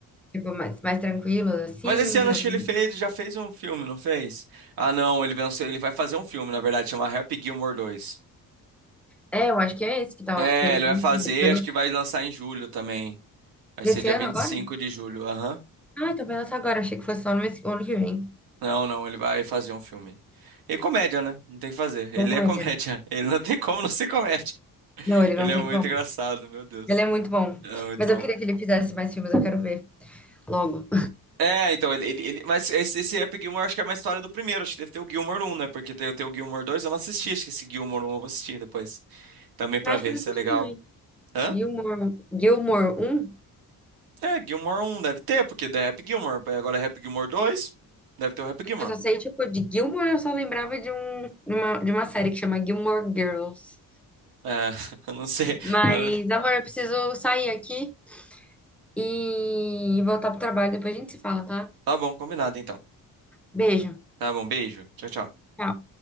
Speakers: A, in the centre; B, on the right.
A: Tipo, mais, mais tranquilos, assim,
B: Mas esse ano
A: também.
B: acho que ele fez, ele já fez um filme, não fez? Ah, não, ele vai, ele vai fazer um filme, na verdade, chama Happy Gilmore dois.
A: É, eu acho que é esse que tava,
B: É,
A: que eles
B: ele
A: vão
B: vai fazer,
A: fazer. Mas
B: acho
A: não-
B: que vai lançar em julho também. Vai
A: Desse
B: ser dia
A: ano
B: vinte
A: agora?
B: e cinco de julho, aham.
A: Ah, então vai lançar agora. Achei que fosse só no mês- ano que vem.
B: Não, não, ele vai fazer um filme. E comédia, né? Não tem o que fazer. Ele
A: Oh my
B: é comédia.
A: God.
B: <laughs> Ele não tem como não ser comédia.
A: Não, ele
B: Ele
A: não
B: é
A: tem
B: muito
A: como.
B: engraçado, meu Deus.
A: Ele é muito bom.
B: É muito
A: Mas eu
B: bom.
A: queria que ele fizesse mais filmes, eu quero ver logo.
B: É, então, ele, ele, ele- mas esse, esse Happy Gilmore acho que é uma história do primeiro. Acho que deve ter o Gilmore um, né? Porque tem, tem o Gilmore 2. eu não assisti. Acho que esse Gilmore um eu vou assistir depois. Também pra
A: Eu acho
B: ver
A: que eu não
B: se
A: assisti
B: é legal.
A: também.
B: Hã?
A: Gilmore, Gilmore 1?
B: É, Gilmore um deve ter, porque é Happy Gilmore. Aí Agora é Happy Gilmore dois. deve ter o Happy Gilmore.
A: Eu só sei, tipo, de Gilmore eu só lembrava de, um, de, uma, de uma série que chama Gilmore Girls.
B: É, <laughs> eu não sei.
A: Mas,
B: Agora-
A: amor, eu preciso sair aqui e voltar pro trabalho. Depois a gente se fala, tá?
B: Tá bom, combinado então.
A: Beijo.
B: Tá bom, beijo. Tchau, tchau.
A: Tchau.